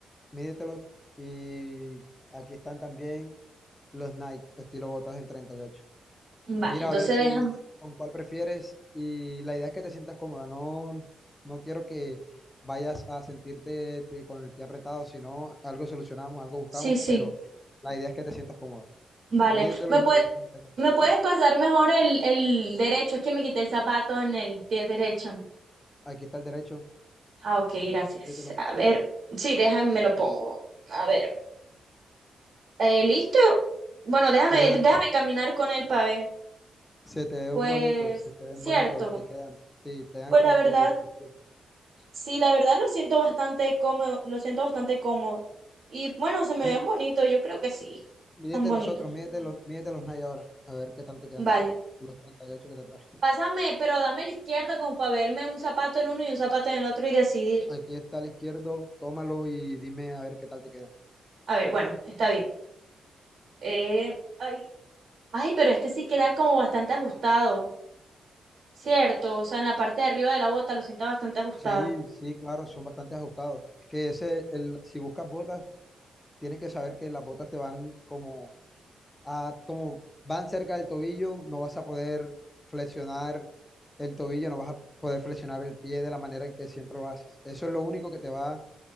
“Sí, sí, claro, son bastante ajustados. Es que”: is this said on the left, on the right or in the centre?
Left